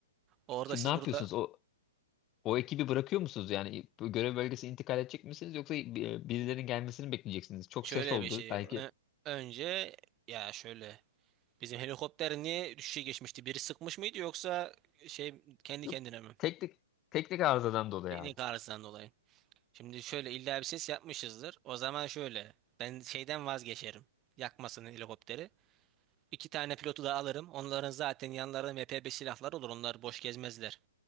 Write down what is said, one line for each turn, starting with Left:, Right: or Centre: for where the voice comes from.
Right: Orada
Left: Şimdi
Right: siz
Left: ne yapıyorsunuz?
Right: burada
Left: O, o ekibi bırakıyor musunuz? Yani bu görev bölgesi intikal edecek misiniz? Yoksa e, birilerinin gelmesini mi bekleyeceksiniz? Çok
Right: şöyle
Left: ses oldu.
Right: bir şey
Left: Belki
Right: Ö- önce ya şöyle bizim helikopter niye düşüşe geçmişti? Biri sıkmış mıydı yoksa şey kendi
Left: Yok,
Right: kendine mi?
Left: teknik teknik arızadan dolayı
Right: Teknik
Left: abi.
Right: arızadan dolayı. Şimdi şöyle illa bir ses yapmışızdır. O zaman şöyle ben şeyden vazgeçerim. Yakmasın helikopteri. İki tane pilotu da alırım. Onların zaten yanlarında MP5 silahları olur. Onlar boş gezmezler.